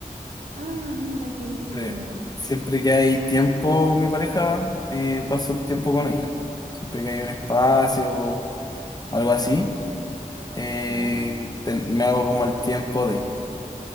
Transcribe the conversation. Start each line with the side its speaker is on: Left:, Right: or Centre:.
Right: Ah, mira, qué lindo.
Left: Siempre, siempre que hay tiempo con mi pareja, eh, paso el tiempo con ella. Siempre que hay un espacio, algo así, eh,
Right: ¿Ya?
Left: te- me hago como el tiempo de.